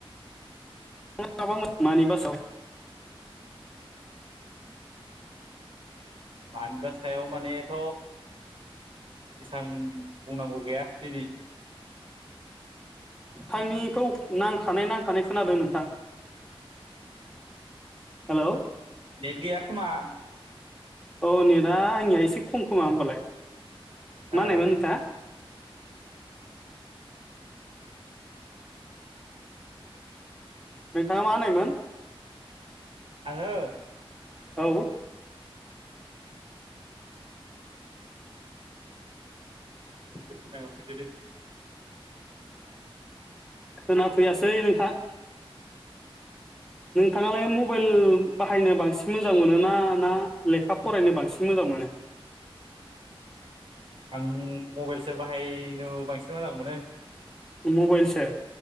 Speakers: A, in the centre; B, on the right.
A: <unintelligible> न माबा मोजां मानि बासाव
B: मानिबा सायाव मानेथ' एसां बुंनांगौ गैया दिनै
A: थांनिखौ नां थानाय नां <unintelligible> नोंथां हेलौ
B: नेट गैया खोमा
A: औ नेटआ आंनिया एसे खम खोमा होमबालाय मा
B: ओ
A: होनायमोन नोंथाङा नोंथाङा मा होननायमोन
B: आङो
A: औ
B: <unintelligible> औ फैदो दे
A: खोना फैयासै नोंथां नोंथाङालाय मबेल बाहायनो बांसिन मोजां मोनो ना ना लेखा फरायनो बांसिन मोजां मोनो
B: आं मबेलसो बाहायनो बांसिन मोजां मोनो
A: मबेलसो